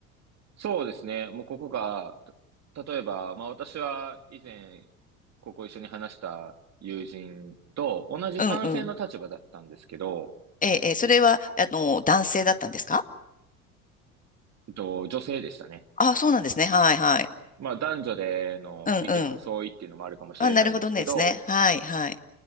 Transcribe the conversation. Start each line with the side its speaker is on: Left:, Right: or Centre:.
Right: そうですね。もうここが、た例えば、まあ私は以前、ここ一緒に話した友人と同じ賛成の立場だったんですけど、
Left: うんうん。ええ、ええそれは、あの、男性だったんですか
Right: えっと、女性でしたね。
Left: あ、そうなんですね。はいはい。
Right: まあ男女での意見の相違っていうのもあるかもしれないですけど、
Left: うんうん。あ、なるほどねですね。はいはい。